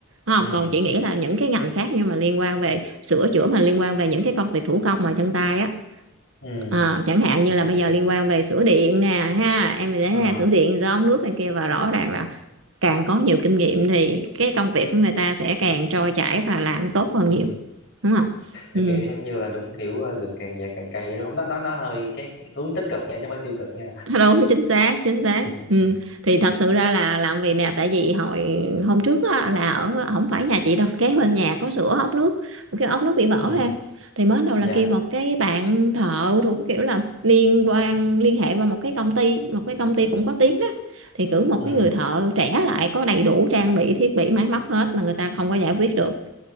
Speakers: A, on the right; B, on the left.
A: Đúng không
B: ừ
A: còn chị nghĩ là những cái ngành khác nhưng mà liên quan về sửa chữa mà liên quan về những cái công việc thủ công mà chân tay á
B: ừ
A: Ờ, chẳng hạn
B: Thì
A: như là bây
B: kiểu
A: giờ liên quan về sửa điện nè ha em thấy ha,
B: ờ
A: sửa điện do ống nước này kia và rõ ràng là càng có nhiều kinh nghiệm thì cái công việc của người ta sẽ càng trôi chảy và làm tốt hơn
B: ừ
A: nhiều
B: <laughs>
A: đúng không
B: Thì
A: ừ.
B: kiểu giống như là đúng kiểu ờ, gừng càng già càng cay đúng không? nó nó nó hơi cái hướng tích cực nha chứ không phải tiêu cực nha
A: <laughs> đúng chính xác chính xác
B: ừ
A: ừ.
B: ừ
A: thì
B: ừ
A: thật sự ra là làm vì nè tại vì hồi hôm trước á, là ở không phải nhà chị đâu kế bên nhà có sửa ốc nước cái ốc nước bị vỡ
B: ừ
A: ha thì mới đầu là
B: dạ
A: kêu một cái bạn thợ thuộc kiểu là liên quan liên hệ qua một cái công ty một cái công ty cũng có tiếng đó thì cử một
B: ừ
A: cái người thợ trẻ lại có đầy đủ trang bị thiết bị máy móc hết mà người ta không có giải quyết được